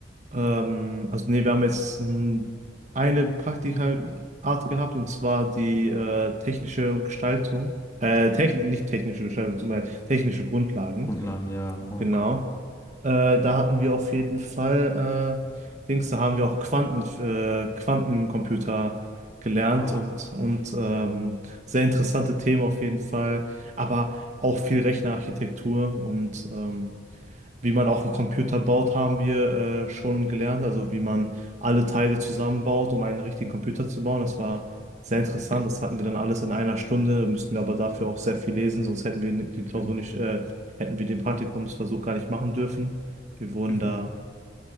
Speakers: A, on the right (about 40°); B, on the left (about 15°).
A: ähm, also nee, wir haben jetzt ähm, eine Praktika-Art gehabt und zwar die äh, technische Gestaltung, äh, techn nicht technische Gestaltung, sondern technische Grundlagen.
B: Grundlagen, ja. Oh,
A: Genau.
B: cool.
A: Äh, da hatten wir auf jeden Fall, äh, Dings, da haben wir auch Quanten, äh, Quantencomputer gelernt
B: Wow.
A: und, und ähm, sehr interessante Themen auf jeden Fall, aber auch viel Rechnerarchitektur und ähm, wie man auch einen Computer baut, haben wir äh, schon gelernt. Also wie man alle Teile zusammenbaut, um einen richtigen Computer zu bauen. Das war sehr interessant. Das hatten wir dann alles in einer Stunde. Müssten wir aber dafür auch sehr viel lesen, sonst hätten wir die Klausur
B: Mhm.
A: nicht, äh, hätten wir den Praktikumsversuch gar nicht machen dürfen. Wir wurden
B: Mhm.
A: da.